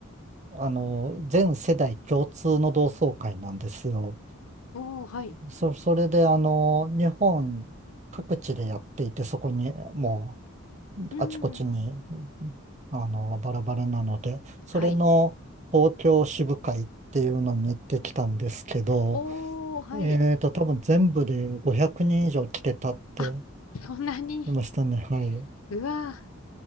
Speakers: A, on the right (about 30°); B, on the left (about 80°).
A: う、あの、全世代共通の同窓会なんですよ。
B: おー、はい。
A: そ、それであの、日本各地でやっていて、そこにもうあちこちに
B: うん。
A: あの、バラバラなので、それの東京支部会っていうのに行ってきたんですけど、
B: はい。おー、はい。
A: えーと、多分全部で500人以上来てたって
B: あ、そんなに。
A: 言いましたね。はい。
B: うわぁ、